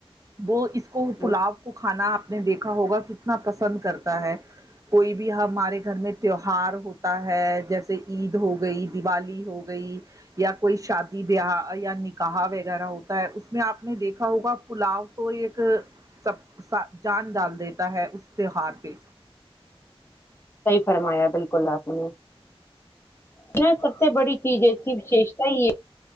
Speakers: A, on the right; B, on the left.
A: وہ اس کو پلاؤ
B: بالکل
A: کو کھانا آپ نے دیکھا ہوگا کتنا پسند کرتا ہے کوئی بھی ہمارے گھر میں تیوہار ہو ہوتا ہے جیسے عید ہو گئی دیوالی ہو گئی یا کوئی شادی بیاہ یا نکاح وغیرہ ہوتا ہے اس میں آپ نے دیکھا ہوگا پلاؤ وہ ایک سب سا جان ڈال دیتا ہے اس تہوار پے
B: صحیح فرمایا بالکل آپ نے سب سب سے بڑی چیز ہے اس کی وشیشتا یے